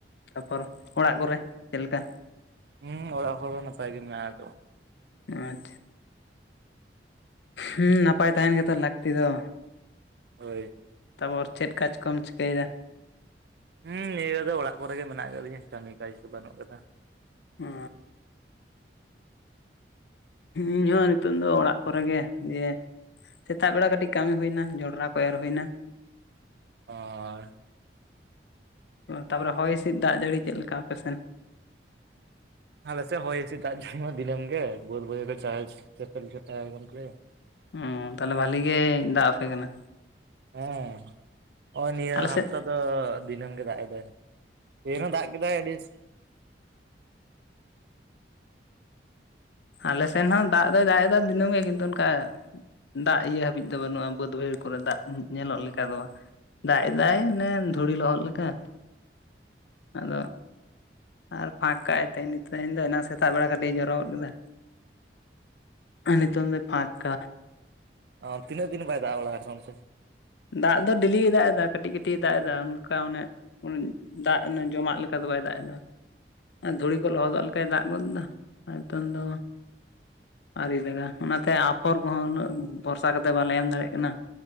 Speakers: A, on the left (about 75°); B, on the right (about 60°).
A: ᱛᱟᱯᱚᱨ ᱚᱲᱟᱜ ᱠᱚᱨᱮ ᱪᱮᱫ ᱞᱮᱠᱟ?
B: ᱦᱩᱸ ᱚᱲᱟᱜ ᱦᱚᱲ ᱦᱚᱸ ᱱᱟᱯᱟᱭ ᱜᱮ ᱢᱮᱱᱟᱜᱼᱟᱛᱚ
A: ᱟᱪᱷᱟ ᱦᱩᱸ ᱱᱟᱯᱟᱭ ᱛᱟᱦᱮᱱ ᱜᱮᱛᱚ ᱞᱟᱹᱠᱛᱤ ᱫᱚ
B: ᱦᱳᱭ
A: ᱛᱟᱯᱚᱨ ᱪᱮᱫ ᱠᱟᱡ ᱠᱚᱢ ᱪᱤᱠᱟᱹᱭᱮᱫᱟ?
B: ᱦᱩᱸ ᱱᱤᱭᱟᱹ ᱫᱟ ᱫᱚ ᱚᱲᱟᱜ ᱠᱚᱨᱮ ᱜᱮ ᱢᱮᱱᱟᱜ ᱟᱠᱟᱫᱤᱧᱟ ᱠᱟᱹᱢᱤ ᱠᱟᱡᱽ ᱫᱚ ᱵᱟᱹᱱᱩᱜ ᱠᱟᱫᱟ
A: ᱚ ᱤᱧᱦᱚ ᱱᱤᱛᱚᱝ ᱫᱚ ᱚᱲᱟᱜ ᱠᱚᱨᱮ ᱜᱮ ᱫᱤᱭᱮ ᱥᱮᱛᱟᱜ ᱵᱮᱲᱟ ᱠᱟᱹᱴᱤᱡ ᱠᱟᱹᱢᱤ ᱦᱩᱭᱱᱟ ᱡᱚᱸᱱᱰᱨᱟ ᱠᱚ ᱮᱨ ᱦᱩᱭᱱᱟ
B: ᱚᱨ
A: ᱛᱟᱯᱚᱨ ᱦᱚᱭ ᱦᱤᱥᱤᱫ ᱫᱟᱜ ᱡᱟᱹᱲᱤ ᱪᱮᱫ ᱞᱮᱠᱟ ᱟᱯᱮ ᱥᱮᱱ?
B: ᱟᱞᱮᱥᱮᱫ ᱦᱚᱭ ᱦᱤᱥᱤᱫ ᱫᱟᱜ ᱡᱟᱹᱲᱤ ᱢᱟ ᱫᱤᱱᱟᱹᱢ ᱜᱮ ᱵᱳᱫ ᱵᱟᱹᱭᱦᱟᱹᱲ ᱠᱚ ᱪᱟᱦᱮ ᱪᱮᱯᱮᱞ ᱪᱮ ᱠᱟᱱ ᱛᱟᱞᱮᱭᱟ
A: ᱚ ᱛᱟᱦᱚᱞᱮ ᱵᱷᱟᱹᱞᱤ ᱜᱮ ᱫᱟᱜ ᱟᱯᱮ ᱠᱟᱱᱟ
B: ᱦᱮᱸ ᱱᱚᱜᱼᱚᱭ ᱱᱤᱭᱟᱹ
A: ᱟᱞᱮ
B: ᱦᱟᱯᱛᱟ
A: ᱥᱮᱫ
B: ᱫᱚ ᱫᱤᱱᱟᱹᱢ ᱜᱮ ᱫᱟᱜ ᱮᱫᱟᱭ ᱛᱮᱦᱮᱱ ᱦᱚᱸ ᱫᱟᱜ ᱠᱮᱫᱟᱭ ᱟᱰᱤᱥ
A: ᱟᱞᱮ ᱥᱮᱱ ᱦᱚᱸ ᱫᱟᱜ ᱫᱚᱭ ᱫᱟᱜ ᱮᱫᱟ ᱫᱤᱱᱟᱹᱢ ᱜᱮ ᱠᱤᱱᱛᱩ ᱚᱱᱠᱟ ᱫᱟᱜ ᱤᱭᱟᱹ ᱦᱟᱹᱵᱤᱡ ᱫᱚ ᱵᱟᱹᱱᱩᱜᱼᱟ ᱵᱟᱹᱫ ᱵᱟᱹᱭᱦᱟᱹᱲ ᱠᱚᱨᱮ ᱫᱟᱜ ᱧᱮᱞᱚᱜ ᱞᱮᱠᱟ ᱫᱚ ᱫᱟᱜ ᱮᱫᱟᱭ ᱚᱱᱮ ᱫᱷᱩᱲᱤ ᱞᱚᱦᱚᱫ ᱞᱮᱠᱟ ᱟᱫᱚ ᱟᱨ ᱯᱷᱟᱸᱠ ᱠᱟᱜᱼᱟᱭ ᱛᱮᱦᱮᱧ ᱱᱤᱛᱚᱜ ᱫᱚ ᱮᱱᱟᱝ ᱥᱮᱛᱟᱜ ᱵᱮᱲᱟ ᱠᱟᱴᱤᱡ ᱡᱚᱨᱚ ᱜᱚᱫ ᱠᱮᱫᱟ ᱟᱨ ᱱᱤᱛᱳᱝ ᱫᱚᱭ ᱯᱷᱟᱸᱠ ᱠᱟ
B: ᱚ ᱛᱤᱱᱟᱹᱜ ᱫᱤᱱ ᱵᱟᱭ ᱫᱟᱜ ᱵᱟᱲᱟ ᱠᱟᱜ-ᱟ ᱚᱱᱛᱮ?
A: ᱫᱟᱜ ᱫᱚ ᱰᱮᱞᱤᱭ ᱫᱟᱜ ᱮᱫᱟ ᱠᱟᱹᱴᱤᱡ ᱠᱟᱹᱴᱤᱡ ᱮ ᱫᱟᱜ ᱮᱫᱟ ᱚᱱᱠᱟ ᱚᱱᱮ ᱫᱟᱜ ᱡᱚᱢᱟᱜ ᱞᱮᱠᱟ ᱫᱚ ᱵᱟᱭ ᱫᱟᱜ ᱮᱫᱟ ᱫᱷᱩᱲᱤ ᱠᱚ ᱞᱚᱦᱚᱫᱚᱜ ᱞᱮᱠᱟᱭ ᱫᱟᱜ ᱜᱚᱫ ᱮᱫᱟ ᱟᱨ ᱱᱤᱛᱚᱝ ᱫᱚ ᱟᱹᱨᱤ ᱫᱟᱜᱟ ᱚᱱᱟᱛᱮ ᱟᱯᱷᱚᱨ ᱠᱚᱦᱚᱸ ᱩᱱᱟᱹᱜ ᱵᱷᱚᱨᱥᱟ ᱠᱟᱛᱮ ᱵᱟᱞᱮ ᱮᱢ ᱫᱟᱲᱮᱜ ᱠᱟᱱᱟ